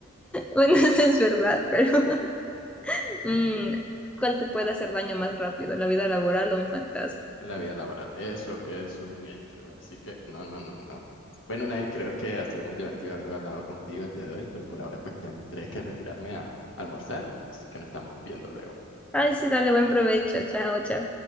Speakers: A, in the centre; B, on the left (about 60°).
A: Bueno, eso es verdad, pero <laughs> mm,
B: <laughs>
A: ¿cuál te puede hacer daño más rápido, la vida laboral o un fantasma?
B: La vida laboral, eso es un Sí. hecho, así que no, no, no, no. Bueno, Nair, creo que ha sido muy divertido haber hablado contigo el día de hoy, pero por ahora pues tendré que retirarme a almorzar, así que nos estamos viendo luego.
A: Ay, sí, dale, buen provecho. Chao, chao.